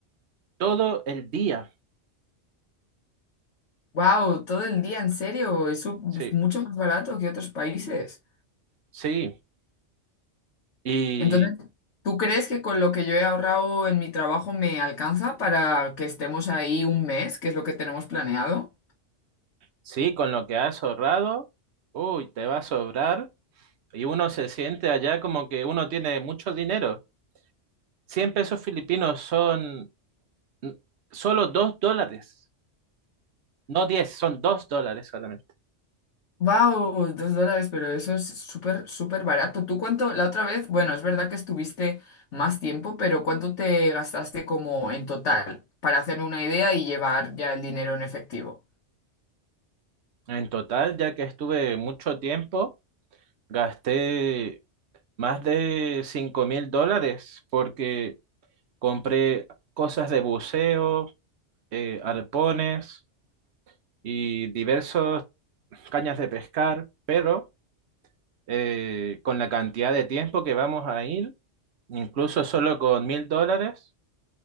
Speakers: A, on the right; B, on the left.
A: todo el día.
B: Wow, todo el día, en serio, eso
A: Sí,
B: es mucho más barato que otros países.
A: sí. Y
B: Entonces, ¿tú crees que con lo que yo he ahorrado en mi trabajo me alcanza para que estemos ahí un mes, que es lo que tenemos planeado?
A: sí, con lo que has ahorrado, uy, te va a sobrar. Y uno se siente allá como que uno tiene mucho dinero. cien pesos filipinos son mm, solo dos dólares, no diez son 2 dólares solamente.
B: ¡Wow! Dos dólares, pero eso es súper, súper barato. ¿Tú cuánto? La otra vez, bueno, es verdad que estuviste más tiempo, pero ¿cuánto te gastaste como en total para hacerme una idea y llevar ya el dinero en efectivo?
A: En total, ya que estuve mucho tiempo, gasté más de cinco mil dólares porque compré cosas de buceo, eh, arpones y diversos cañas de pescar, pero eh, con la cantidad de tiempo que vamos a ir, incluso solo con mil dólares,